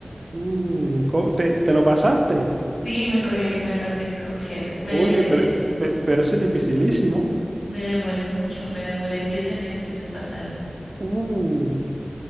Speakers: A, on the right; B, on the left.
A: uh, co- te, te lo pasaste.
B: Sí, me cogí, me pasé Cuphead. Me
A: Oye,
B: demoré
A: pero, eh, pe- pero ese es dificilísimo.
B: Me demoré mucho, me demoré siete meses en pasarlo.
A: Uh,